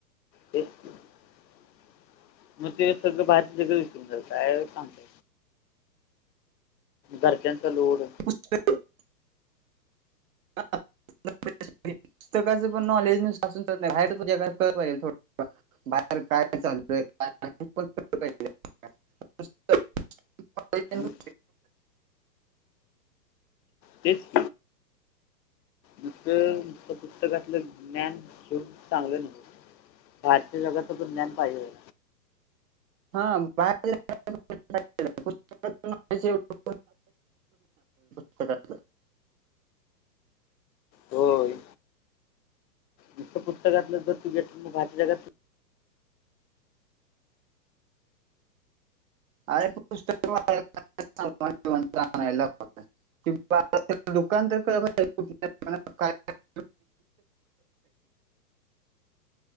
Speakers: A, on the left; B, on the right.
A: ते <unintelligible> म ते सगळं, बाहेरच सगळं विसरून जात, काय सांगत. घरच्यानचा लोड.
B: ह <inaudible> पुस्तकाच पण नॉलेज नुस्त असुन चालत नाही, बाहेरच्या पण जगात <inaudible> च पाहिजे थोडं बाहेर काय चाललय काय नाही हे पण कळल पाहिजे. <unintelligible>
A: हम <inaudible> तेच. नुस्त पुस्तकातलं ज्ञान घेऊन, चांगलं नाही. बाहेर च्या जगाचं पण ज्ञान पाहिजे.
B: ह, बाहेरच्या जगात <unintelligible> पुस्तकातील नॉलेज ऐवढ पुस्तकातल.
A: होय. नुस्त, पुस्तकातलं जर तू घेतल बाकी जगात
B: अरे पुस्तक <unintelligible> <unintelligible> <unintelligible>